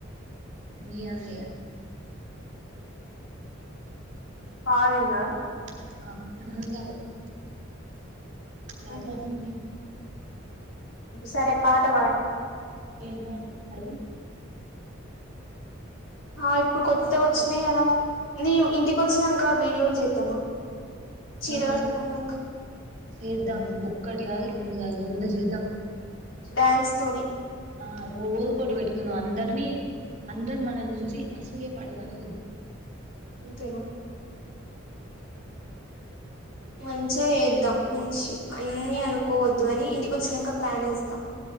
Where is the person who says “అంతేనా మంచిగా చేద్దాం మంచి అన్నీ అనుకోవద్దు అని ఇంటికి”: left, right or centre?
Left